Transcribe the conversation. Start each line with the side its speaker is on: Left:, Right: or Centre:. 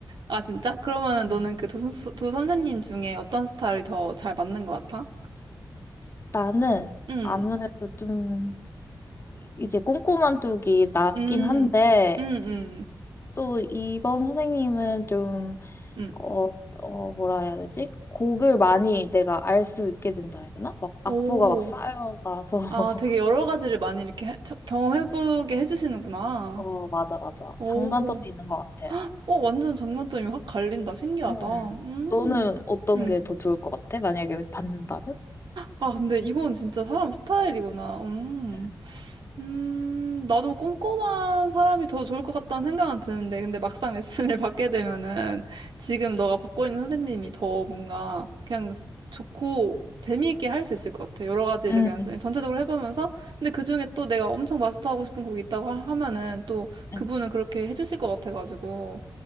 Right: 아, 진짜? 그러면은 너는
Left: 음.
Right: 그 두 선수, 두 선생님 중에 어떤 스타일이 더 잘 맞는 것 같아?
Left: 나는
Right: 응,
Left: 아무래도 좀 이제 꼼꼼한 쪽이 낫긴
Right: 음,
Left: 한데,
Right: 음, 음,
Left: 또 이번 선생님은 좀,
Right: 음.
Left: 어, 어, 뭐라 해야 되지? 곡을 많이 내가 알 수 있게 된다 해야 되나? 막 악보가
Right: 오,
Left: 막 쌓여가서. <laughs>
Right: 아, 되게 여러 가지를 많이 이렇게 해- 쳐- 경험해보게 해주시는구나.
Left: 어, 맞아, 맞아.
Right: 오,
Left: 장단점이 있는 것 같아.
Right: 어, 완전 장단점이 확 갈린다. 신기하다.
Left: 응.
Right: 음,
Left: 너는 어떤
Right: 음.
Left: 게 더 좋을 것 같아? 만약에 받는다면?
Right: 아, 근데 이건 진짜 사람 스타일이구나. 음.
Left: 응,
Right: 음, 나도 꼼꼼한 사람이 더 좋을 것 같다는 생각은 드는데, 근데 막상 레슨을 <laughs> 받게 되면은 지금 너가 받고 있는 선생님이 더 뭔가 그냥 좋고 재미있게 할 수 있을 것 같아. 여러 가지를
Left: 응,
Right: 그냥 선- 전체적으로 해보면서. 근데 그중에 또 내가 엄청 마스터하고 싶은 곡이 있다고 하- 하면은 또
Left: 응.
Right: 그분은 그렇게 해주실 것 같아가지고.